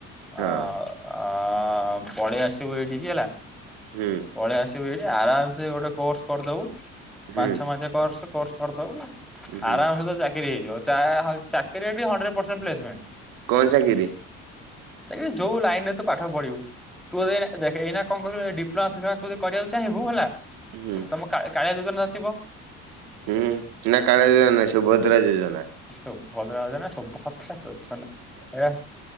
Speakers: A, on the right; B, in the centre.
A: ହଁ।
B: ଅଁ ଆଁ ପଳେଇ ଆସିବୁ ଏଇଠିକି ହେଲା
A: ହୁଁ।
B: ପଳେଇ ଆସିବୁ ଏଇଠିକି। ଆରାମସେ ଗୋଟେ କୋର୍ସ କରିଦବୁ
A: ହୁଁ
B: ପାଞ୍ଚ ଛଅ ମାସେ କର୍ସ କୋର୍ସ କରିଦବୁ।
A: ହୁଁ
B: ଆରାମସେ ତ ଚାକିରି ହେଇଯିବ ଚା ହଁ ଚାକିରି ଏଠି ହଣ୍ଡ୍ରେଡ ପରସେଣ୍ଟ ପ୍ଲେସମେଣ୍ଟ।
A: କଣ ଚାକିରି?
B: ଚାକିରୀ ଯଉ ଲାଇନ ରେ ତୁ ପାଠ ପଢିବୁ। ତୁ ଏବେ ଦେଖ ଏଇନା କଣ କହିଲୁ ଡିପ୍ଲୋମା ଫିପ୍ଲମା ତୁ ଯଦି କରିବାକୁ ଚାହିଁବୁ ହେଲା
A: ହୁଁ
B: ତମ କାଳ କାଳିଆ ଯୋଜନା ଥିବ।
A: ହୁଁ ନା କାଳିଆ ଯୋଜନା ନାଇ ସୁଭଦ୍ରା ଯୋଜନା।
B: ଶୁଭାଦ୍ରା ଯୋଜନା ଶୁଭାଧ୍ରା ଯୋଜନା ଏରା